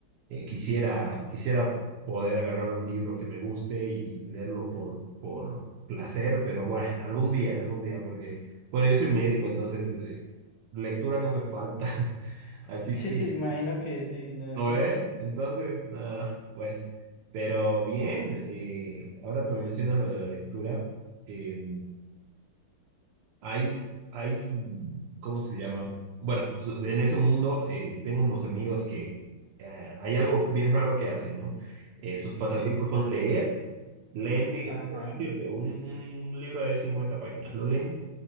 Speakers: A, on the right; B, on the left.
A: eh, quisiera, quisiera poder agarrar un libro que me guste y, y leerlo por, por placer, pero bueno, algún día, algún día, porque, bueno, yo soy médico, entonces eh, Lectura no me falta. <laughs> Así
B: Sí,
A: que,
B: imagino que sí, no.
A: ¿no eh?
B: <laughs>
A: Entonces, nada, bueno. Pero bien, eh, ahora que me mencionas lo de la lectura, eh, hay, hay, ¿cómo se llama? Bueno, pues, en ese mundo eh, tengo unos amigos que eh, hay algo bien raro que hacen, ¿no? Eh, sus pasatiempos
B: Sí, sí.
A: son leer, leen, digo,
B: Ajá.
A: te decirte, un, un libro de 50 páginas, lo leen